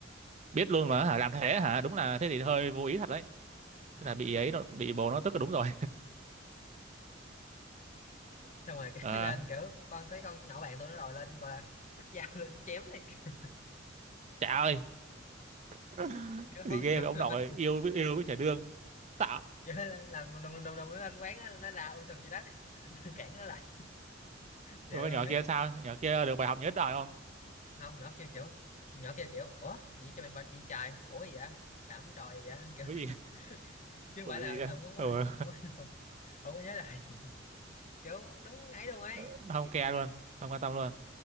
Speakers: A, on the right; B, on the left.
A: biết luôn mà hả làm thế hả đúng là thế thì hơi vô ý thật đấy
B: ừ.
A: thế là bị ấy nó- bị bồ nó tức là đúng rồi
B: xong rồi
A: à,
B: cái <laughs> lên kiểu con cái con nhỏ bạn tôi nó rồi lên gọi là xách dao <laughs> lên chém này kia.
A: trời ơi <laughs>
B: chứ
A: gì
B: không
A: ghê
B: hiểu
A: vậy ông
B: rồi
A: nội yêu với yêu với trẻ đương tạo
B: vậy là làm đùng đùng đùng đùng đùng, nó lên quán nó, nó la um sùm chị đất <laughs> cản nó là chịu
A: rồi con
B: luôn
A: nhỏ
B: ấy
A: kia sao nhỏ kia được bài học nhớ đời không
B: không nhỏ kia kiểu nhỏ kia kiểu ủa gì cho mày bạch gì trời ủa gì vậy đảm tròi gì vậy <laughs> kiểu,
A: có gì
B: kiểu chứ không
A: có
B: phải là
A: gì á?
B: không không không
A: ừ.
B: không, không, không, không có nhớ lại kiểu đúng ấy luôn ấy
A: <laughs> không
B: chị
A: care
B: con
A: luôn không quan tâm luôn
B: Ừ.